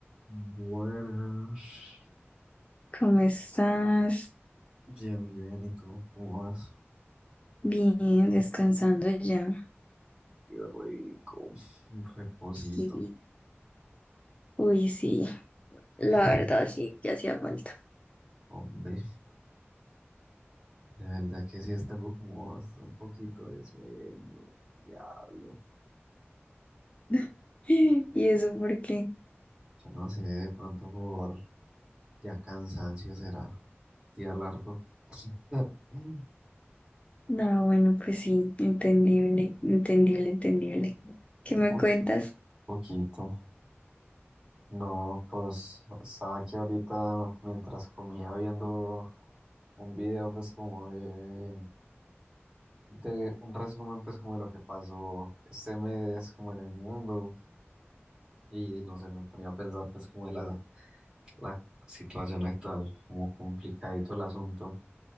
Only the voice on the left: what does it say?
¿Cómo estás?
Bien, descansando ya.
Y, uy, sí, la
verdad sí, que hacía falta.
<laughs> ¿Y eso por qué?
No, bueno, pues sí, entendible, entendible, entendible. ¿Qué me
cuentas?